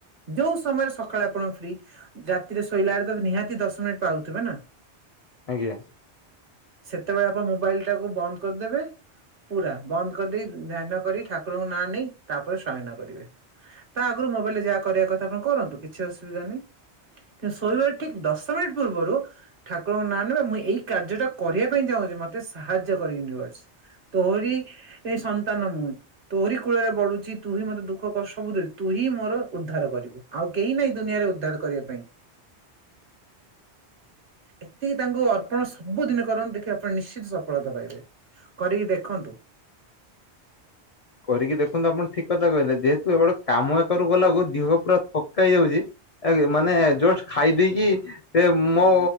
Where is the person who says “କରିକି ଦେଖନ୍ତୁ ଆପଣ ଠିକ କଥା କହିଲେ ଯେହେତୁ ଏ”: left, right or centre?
Left